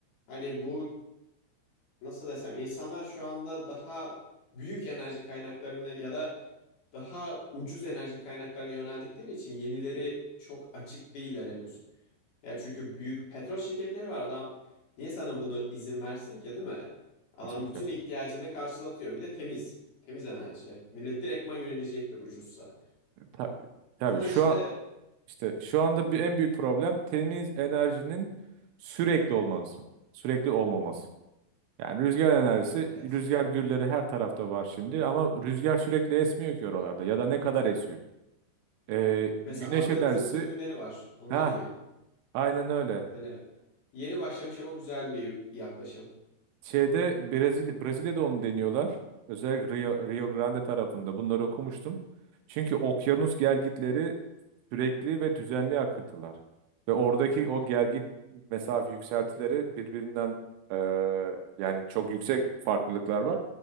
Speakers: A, on the left (about 50°); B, on the right (about 80°).
A: Hani bu nasıl desem insanlar şu anda daha büyük enerji kaynaklarını ya da daha ucuz enerji kaynaklarına yöneldikleri için yenileri çok açık değiller henüz. Ya çünkü büyük petrol şirketleri var. Adam niye sana bunu izin versin ki değil mi? Adam
B: Kesinlikle.
A: bütün ihtiyacını karşılatıyor. Bir de temiz. Temiz enerji. Millet direktman yönelecektir ucuzsa.
B: Ta- tabii
A: Ama
B: şu
A: işte
B: an işte şu anda bir en büyük problem temiz enerjinin sürekli olması. Sürekli olmaması. Yani rüzgar enerjisi,
A: evet.
B: rüzgar gülleri her tarafta var şimdi ama rüzgar sürekli esmiyor ki oralarda ya da ne kadar esiyor. Ee,
A: Mesela
B: güneş
A: akıntı
B: enerjisi,
A: türbinleri var. Onlar
B: ha
A: iyi.
B: aynen öyle.
A: Yani yeni başlamış ama güzel bir yaklaşım.
B: Şeyde Brezilya, Brezilya'da onu deniyorlar. Özellikle Rio, Rio Grande tarafında. Bunları okumuştum. Çünkü okyanus gelgitleri sürekli ve düzenli akıntılar. Ve oradaki o gelgit mesafe yükseltileri birbirinden e, yani çok yüksek farklılıklar var.